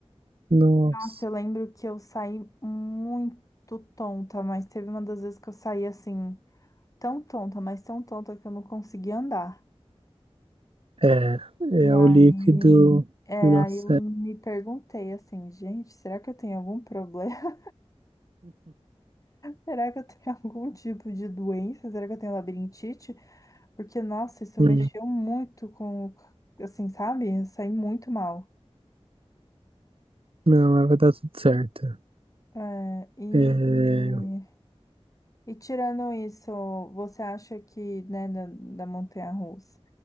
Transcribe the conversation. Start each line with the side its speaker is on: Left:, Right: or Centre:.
Right: Nossa.
Left: Nossa, eu lembro que eu saí muito tonta, mas teve uma das vezes que eu saí assim, tão tonta, mas tão tonta que eu não consegui andar.
Right: É, é
Left: E aí,
Right: o líquido
Left: é,
Right: do nosso
Left: aí eu
Right: cérebro.
Left: me perguntei assim, gente, será que eu tenho algum problema? Será que eu tenho <laughs> algum tipo de doença? Será que eu tenho labirintite? Porque, nossa, isso
Right: <laughs>
Left: mexeu muito com, assim, sabe? Eu saí muito mal.
Right: Não, mas vai dar tudo certo.
Left: É, e,
Right: É,
Left: e, e tirando isso, você acha que, né, da, da montanha-russa,